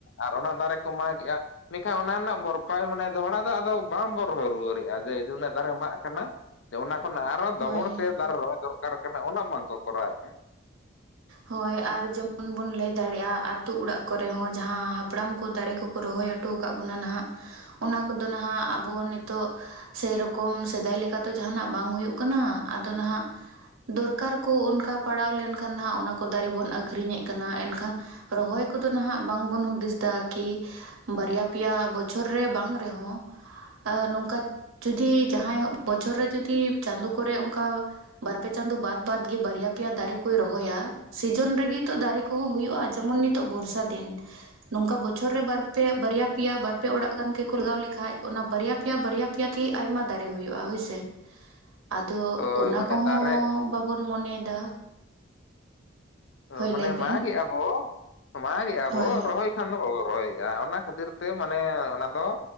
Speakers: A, on the left; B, on the right.
A: ᱟᱨ ᱚᱱᱟ ᱫᱟᱨᱮ ᱠᱚ ᱢᱟᱜᱮᱜᱼᱟ ᱢᱮᱱᱠᱷᱟᱱ ᱚᱱᱟ ᱨᱮᱱᱟᱜ ᱵᱷᱚᱨᱯᱟᱭ ᱢᱟᱱᱮ ᱫᱚᱦᱲᱟ ᱫᱚ ᱟᱫᱚ ᱵᱟᱢ ᱵᱚᱨ ᱨᱚᱭ ᱨᱩᱣᱟᱹᱲᱮᱜᱼᱟ ᱡᱮ ᱩᱱᱟᱹᱜ ᱫᱟᱨᱮ ᱢᱟᱜ ᱠᱟᱱᱟ ᱡᱮ ᱚᱱᱟ ᱠᱷᱚᱱ ᱟᱨᱚ
B: ᱦᱳᱭ
A: ᱰᱚᱵᱚᱲ ᱛᱮ ᱫᱟᱨᱮ ᱨᱚᱦᱚᱭ ᱫᱚᱨᱠᱟᱨ ᱠᱟᱱᱟ ᱩᱱᱟᱹᱜ ᱵᱟᱝ ᱠᱚ ᱠᱚᱨᱟᱣᱮᱫᱼᱟ
B: ᱦᱳᱭ ᱟᱨ ᱡᱮᱢᱚᱱ ᱵᱚᱱ ᱞᱟᱹᱭ ᱫᱟᱲᱮᱭᱟᱜᱼᱟ ᱟᱹᱛᱩ ᱚᱲᱟᱜ ᱠᱚᱨᱮ ᱦᱚᱸ ᱡᱟᱦᱟᱸ ᱦᱟᱯᱲᱟᱢ ᱠᱚ ᱫᱟᱨᱮ ᱠᱚᱠᱚ ᱨᱚᱦᱚᱭ ᱦᱚᱴᱚ ᱟᱠᱟᱫ ᱵᱚᱱᱟ ᱱᱟᱦᱟᱜ ᱚᱱᱟ ᱠᱚᱫᱚ ᱱᱟᱦᱟᱜ ᱟᱵᱚ ᱱᱤᱛᱚᱜ ᱥᱮᱹᱭ ᱨᱚᱠᱚᱢ ᱥᱮᱫᱟᱭ ᱞᱮᱠᱟ ᱛᱚ ᱡᱟᱦᱟᱱᱟᱜ ᱵᱟᱝ ᱦᱩᱭᱩᱜ ᱠᱟᱱᱟ ᱟᱫᱚ ᱱᱟᱦᱟᱜ ᱫᱚᱨᱠᱟᱨ ᱠᱚ ᱚᱱᱠᱟ ᱯᱟᱲᱟᱣ ᱞᱮᱱᱠᱷᱟᱱ ᱦᱟᱸᱜ ᱚᱱᱟ ᱠᱚ ᱫᱟᱨᱮ ᱵᱚᱱ ᱟᱹᱠᱷᱨᱤᱧᱮᱫ ᱠᱟᱱᱟ ᱮᱱᱠᱷᱟᱱ ᱨᱚᱦᱚᱭ ᱠᱚᱫᱚ ᱱᱟᱦᱟᱜ ᱵᱟᱝᱵᱚᱱ ᱦᱩᱫᱤᱥ ᱮᱫᱟ ᱠᱤ ᱵᱟᱨᱭᱟ ᱯᱮᱭᱟ ᱵᱚᱪᱷᱚᱨ ᱨᱮ ᱵᱟᱝ ᱨᱮᱦᱚᱸ ᱱᱚᱝᱠᱟ ᱡᱩᱫᱤ ᱡᱟᱦᱟᱸᱭ ᱵᱚᱪᱷᱚᱨ ᱨᱮ ᱡᱩᱫᱤ ᱪᱟᱸᱫᱳ ᱠᱚᱨᱮ ᱚᱝᱠᱟ ᱵᱟᱨ-ᱯᱮ ᱪᱟᱸᱫ ᱵᱟᱫ ᱵᱟᱫ ᱜᱮ ᱵᱟᱨᱭᱟ ᱯᱮᱭᱟ ᱫᱟᱨᱮ ᱠᱚᱭ ᱨᱚᱦᱚᱭᱟ ᱥᱤᱡᱤᱱ ᱨᱮᱜᱮ ᱛᱚ ᱫᱟᱨᱮ ᱠᱚᱦᱚᱸ ᱦᱩᱭᱩᱜᱼᱟ ᱡᱮᱢᱚᱱ ᱱᱤᱛᱚᱜ ᱵᱚᱨᱥᱟ ᱫᱤᱱ ᱱᱚᱝᱠᱟ ᱵᱚᱪᱷᱚᱨ ᱨᱮ ᱵᱟᱨ ᱯᱮ ᱵᱟᱨᱭᱟ ᱯᱮᱭᱟ ᱵᱟᱨ ᱯᱮ ᱚᱲᱟᱜ ᱜᱟᱱ ᱜᱮᱠᱚ ᱞᱟᱣ ᱞᱮᱠᱟᱡ ᱚᱱᱟ ᱵᱟᱨᱭᱟ ᱯᱮᱭᱟ ᱵᱟᱨᱭᱟ ᱯᱮᱭᱟ ᱛᱮᱜᱮ ᱟᱭᱢᱟ ᱫᱟᱨᱮ ᱦᱩᱭᱩᱜᱼᱟ ᱦᱳᱭ ᱥᱮ
A: <unintelligible>
B: ᱟᱫᱚ
A: ᱦᱳᱭ
B: ᱚᱱᱟ
A: ᱢᱟᱱᱮ
B: ᱠᱚᱦᱚᱸ
A: ᱫᱟᱨᱮ
B: ᱵᱟᱵᱚᱱ ᱢᱚᱱᱮᱭᱮᱫᱟ
A: ᱚ
B: ᱦᱳᱭ
A: ᱢᱟᱱᱮ
B: ᱞᱟᱹᱭ ᱵᱤᱱ
A: ᱢᱟᱜᱮᱜᱼᱟ ᱵᱚ ᱢᱟᱜᱮᱜᱼᱟ
B: ᱦᱳᱭ
A: ᱵᱚ ᱨᱚᱦᱚᱭ ᱠᱷᱟᱱ ᱫᱚ ᱵᱟᱵᱚ ᱨᱚᱦᱚᱭᱮᱫᱼᱟ ᱚᱱᱟ ᱠᱷᱟᱹᱛᱤᱨ ᱛᱮ ᱢᱟᱱᱮ ᱚᱱᱟ ᱫᱚ